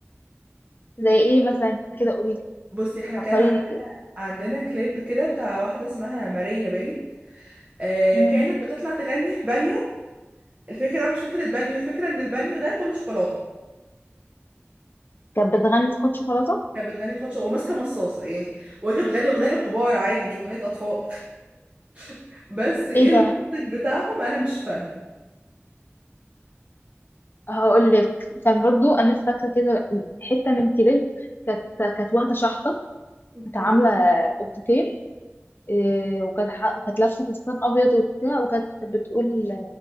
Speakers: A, on the left; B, on the right.
A: زي ايه مثلا كده قولي لي
B: بصي احنا
A: فكريني
B: كان عندنا
A: كده
B: عندنا كليب كده بتاع واحدة اسمها ماريا باين آه
A: مم.
B: كانت بتطلع تغني في بانيو الفكرة بقى مش فكرة بانيو الفكرة ان البانيو ده كله شوكولاتة
A: كانت بتغني خد شوكولاته
B: كانت بتغني في حوض شوكولاتة وماسكة مصاصة يعني وهي كانت بتغني اغنية للكبار عادي مش اغنية اطفال <laughs> بس ايه
A: ايه
B: المنطق
A: ده
B: بتاعهم انا مش فاهمة
A: هقول لك كان برضو انا فاكره كده حته من كليب كانت كانت واحده شحطه
B: اوكي
A: كانت عامله قبطتين إيه وكانت ح- كانت لابسه فستان ابيض وبتاع وكانت بتقول